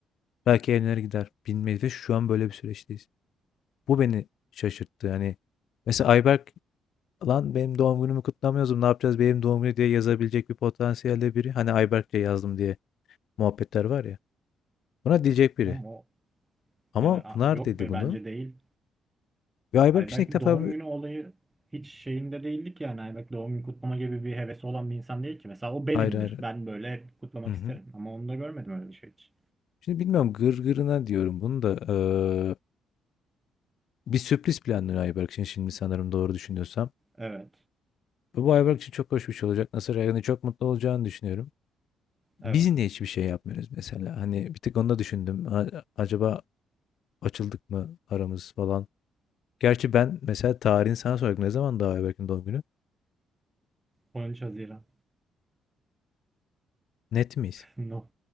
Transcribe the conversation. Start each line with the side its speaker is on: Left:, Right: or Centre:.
Left: Belki evlenir gider. Bilmeyiz ve şu an böyle bir süreçteyiz. Bu beni şaşırttı. Hani mesela Ayberk lan benim doğum günümü kutlamıyoruz. Ne yapacağız benim doğum günü diye yazabilecek bir potansiyelde biri. Hani Ayberk'le yazdım diye. Muhabbetler var ya. Buna diyecek biri.
Right: Ama o
Left: Ama
Right: yani
Left: Pınar
Right: a- yok
Left: dedi
Right: be
Left: bunu.
Right: bence değil.
Left: Ve Ayberk
Right: Ay
Left: için
Right: belki
Left: ilk defa
Right: doğum
Left: bir...
Right: günü olayı hiç şeyinde değildik yani. Ay belki doğum günü kutlama gibi bir hevesi olan bir insan değil ki. Mesela o benimdir.
Left: Hayır hayır.
Right: Ben böyle hep kutlamak
Left: Hı hı.
Right: isterim. Ama onu da görmedim öyle bir şey hiç.
Left: Şimdi bilmiyorum gırgırına diyorum bunu da. eee, bir sürpriz planlıyor Ayberk için şimdi sanırım doğru düşünüyorsam.
Right: Evet.
Left: Ve bu Ayberk için çok hoş bir şey olacak. Nasıl yani çok mutlu olacağını düşünüyorum.
Right: Evet.
Left: Biz niye hiçbir şey yapmıyoruz mesela? Hani bir tık onu da düşündüm. A- acaba açıldık mı aramız falan. Gerçi ben mesela tarihini sana soracaktım. Ne zaman daha Ayberk'in doğum günü?
Right: 13 Haziran.
Left: Net miyiz?
Right: No.